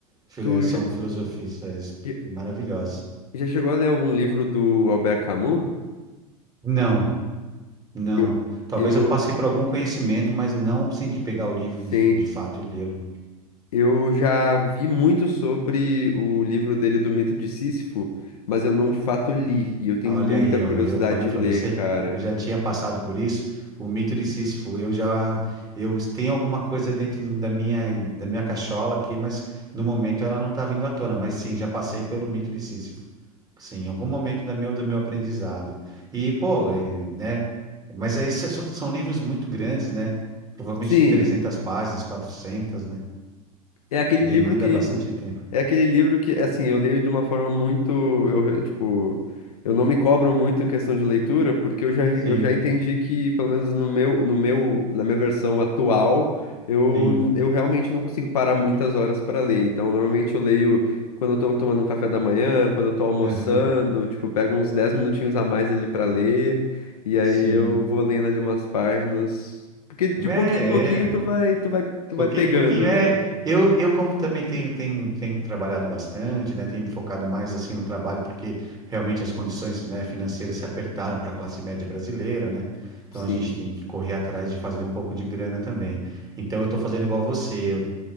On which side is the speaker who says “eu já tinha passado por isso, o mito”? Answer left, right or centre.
Right